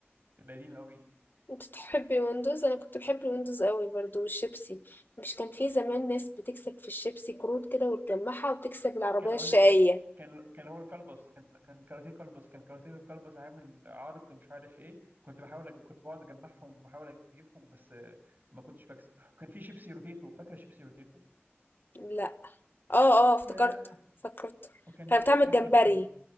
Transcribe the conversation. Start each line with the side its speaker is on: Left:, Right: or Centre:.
Right: القديمة قوي دي
Left: انت تحب الويندوز انا كنت بحب الويندوز قوي برضو والشيبسي مش كان في زمان ناس بتكسب في الشيبسي كروت كده وتجمعها وتكسب العربية
Right: كان اقول
Left: الشقية
Right: لك كان كان هو الكلبس كان كان كاراتيه كلبس كان كاراتيه كلبس عامل عرض مش عارف ايه كنت بحاول أج- كنت بقعد اجمعهم وبحاول اجيبهم بس آه، ما كنتش بكسب <laughs> وكان في شيبسي روتيتو فاكرة شيبسي روتيتو
Left: لا اه اه افتكرت
Right: ياه
Left: فكرت
Right: وكان
Left: كانت بتعمل
Right: كان
Left: جمبري
Right: كان كان